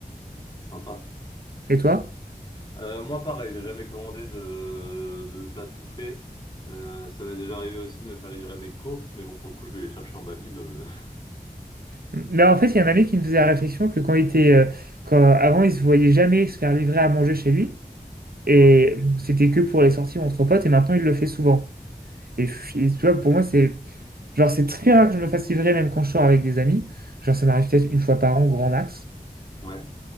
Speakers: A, on the left; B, on the right.
A: sympa.
B: Et toi?
A: Euh, moi, pareil, j'ai jamais commandé de, de plat tout fait. Euh, ça m'est déjà arrivé aussi de me faire livrer mes courses, mais bon, pour le coup, je vais les chercher en bas de l'immeuble. <laughs>
B: Mais en fait, il y a un ami qui me faisait la réflexion que quand il était, euh, quand, avant, il se voyait jamais se faire livrer à manger chez lui. Et
A: Hmm.
B: c'était que pour les sorties entre potes, et maintenant, il le fait souvent. Et, f- et tu vois, pour moi, c'est genre c'est très rare que je me fasse livrer, même quand je sors avec des amis. Genre, ça m'arrive peut-être une fois par an, grand max.
A: Ouais,